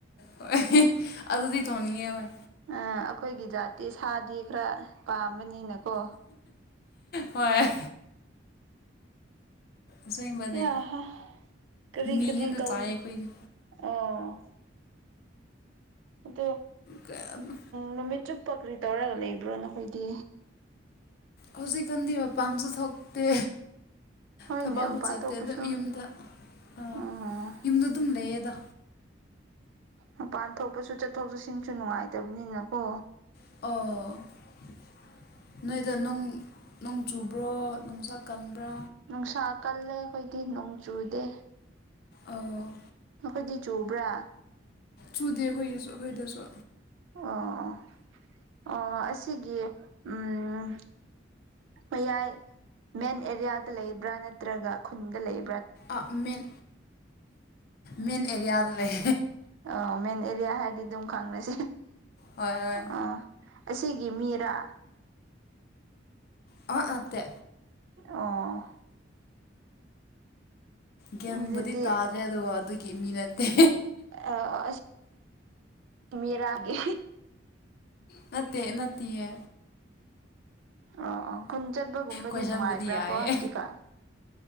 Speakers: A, on the left; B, on the right.
A: ꯍꯣꯏ ꯑꯗꯨꯗꯤ ꯊꯣꯛꯅꯤꯡꯌꯦ ꯍꯣꯏ
B: ꯑꯥ ꯑꯩꯈꯣꯏꯒꯤ ꯖꯥꯠꯇꯤ ꯁꯥꯗꯤ ꯈꯔ ꯄꯥꯝꯕꯅꯤꯅꯀꯣ
A: ꯍꯣꯏ ꯑꯁꯦꯡꯕꯅꯦ
B: ꯌꯥ ꯍꯥ ꯀꯔꯤ
A: ꯃꯤ
B: ꯀꯔꯤ
A: ꯍꯦꯟꯅ
B: ꯇꯧ
A: ꯆꯥꯏꯌꯦ ꯑꯩꯈꯣꯏꯗꯤ
B: ꯑꯣ ꯑꯗꯨ
A: ꯀꯌꯥꯅꯣ
B: ꯅꯨꯃꯤꯠ ꯆꯨꯞꯄ ꯀꯔꯤ ꯇꯧꯔꯒ ꯂꯩꯕ꯭ꯔꯣ ꯅꯈꯣꯏꯗꯤ
A: ꯍꯧꯖꯤꯛꯀꯥꯟꯗꯤ ꯃꯄꯥꯟꯁꯨ ꯊꯣꯛꯇꯦ
B: ꯍꯣꯏꯅꯦ
A: ꯊꯕꯛꯁꯨ
B: ꯃꯄꯥꯟ
A: ꯆꯠꯇꯦ
B: ꯊꯣꯛꯄꯁꯨ
A: ꯑꯗꯨꯝ ꯌꯨꯝꯗ ꯑ
B: ꯎꯝ
A: ꯌꯨꯝꯗ ꯑꯗꯨꯝ ꯂꯩꯌꯦꯗ
B: ꯃꯄꯥꯟ ꯊꯣꯛꯄꯁꯨ ꯆꯠꯊꯣꯛ ꯆꯠꯁꯤꯟꯁꯨ ꯅꯨꯡꯉꯥꯏꯇꯕꯅꯤꯅꯀꯣ
A: ꯑꯣ ꯅꯣꯏꯗ ꯅꯣꯡ ꯅꯣꯡ ꯆꯨꯕ꯭ꯔꯣ ꯅꯨꯡꯁꯥꯛ ꯀꯟꯕ꯭ꯔꯥ
B: ꯅꯨꯡꯁꯥ ꯀꯜꯂꯦ ꯑꯩꯈꯣꯏꯗꯤ ꯅꯣꯡ ꯆꯨꯗꯦ
A: ꯑꯣ
B: ꯅꯈꯣꯏꯗꯤ ꯆꯨꯕ꯭ꯔꯥ
A: ꯁꯨꯗꯦ ꯑꯩꯈꯣꯏꯒꯤꯁꯨ ꯑꯩꯈꯣꯏꯗꯁꯨ
B: ꯑꯣ ꯑꯣ ꯑꯁꯤꯒꯤ ꯎꯝ ꯃꯌꯥꯏ ꯃꯦꯟ ꯑꯦꯔꯤꯌꯥꯗ ꯂꯩꯕ꯭ꯔꯥ ꯅꯠꯇ꯭ꯔꯒ ꯈꯨꯟꯗ ꯂꯩ
A: ꯑꯥ ꯃꯦꯟ ꯃꯦꯟ ꯑꯦꯔꯤꯌꯥꯗ ꯂꯩ
B: ꯑꯎ ꯃꯦꯟ ꯑꯦꯔꯤꯌꯥ ꯍꯥꯏꯔꯗꯤ ꯑꯗꯨꯝ ꯈꯪꯅꯁꯦ
A: ꯍꯣꯏ ꯍꯣꯏ
B: ꯑꯣ ꯑꯁꯤꯒꯤ ꯃꯤꯔꯥ
A: ꯑ ꯅꯠꯇꯦ
B: ꯑꯣ
A: ꯒꯤꯟꯕꯨꯗꯤ
B: ꯑꯗꯨꯗꯤ
A: ꯇꯥꯗ꯭ꯔꯦ ꯑꯗꯨꯒ ꯑꯗꯨꯒꯤ ꯃꯤ ꯅꯠꯇꯦ
B: ꯑ ꯑꯁꯤꯒꯤ ꯃꯦꯔꯒꯤ
A: ꯅꯠꯇꯦ ꯅꯠꯇꯦꯌꯦ
B: ꯑꯣ ꯑꯣ ꯈꯨꯟ ꯆꯠꯄꯒꯨꯝꯕꯗꯤ
A: ꯀꯣꯏꯁꯟꯕꯨꯗꯤ
B: ꯅꯨꯡꯉꯥꯏꯕ꯭ꯔꯥ
A: ꯌꯥꯏꯌꯦ
B: ꯀꯣ ꯍꯧꯟꯖꯤꯛꯀꯥꯟ